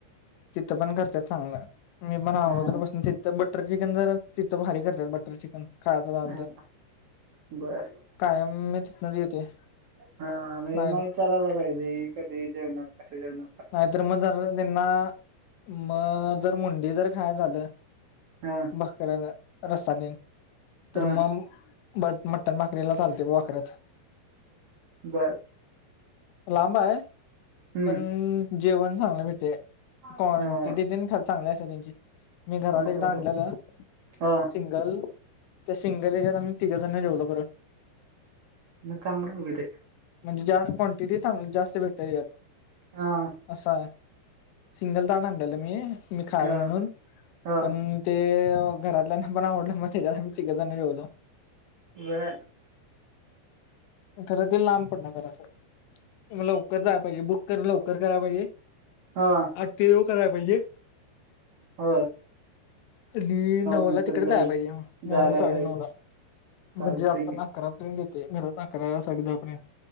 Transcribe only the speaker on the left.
तिथं पण करते चांगलं मी अगोदर
बसून तिथ. तर बटर चिकन जर तिथं भारी करतात बटर चिकन खायचं झालं
तर.
कायम मी तिथनच येते
नाही.
नाहीतर मग जर त्यांना मग जर मुंडी जर खाय झालं.
बस करना रसाने तर
म बट मटन भाकरीला चालते ब कवाऱ्यात.
लांबा आहे.
पण जेवण चांगलं मिळते क्वांटिटी
चांगले असते त्यांची मी घरात एकदा
आणलेलं
सिंग संगल त्या सिंगल एच्या आम्ही तिघजण जेवलो खत
म्हणजे जास् क्वांटिटी चांगली जास्त भेटत यात.
असं आहे सिंगल ताट आणलं मी मी खा
म्हणून
पण. ते घरातल्याना पण आवडलं मग त्याच्यासाठी मी तिघं जण जेवलो.
खरातील लांब पड ना कराच लवकर जाय पाहिजे बुक कर लवकर कराय पाहिजे.
आठ तेरव कराय पाहिजे.
आणि नऊ
ला तिकडे
जाय पाहिजेग
नऊ साडे
नऊ ला.
म्हणजे आपण
आकारापर्यंत देतेय घरात आकारा साडे दाहा पर्यंत.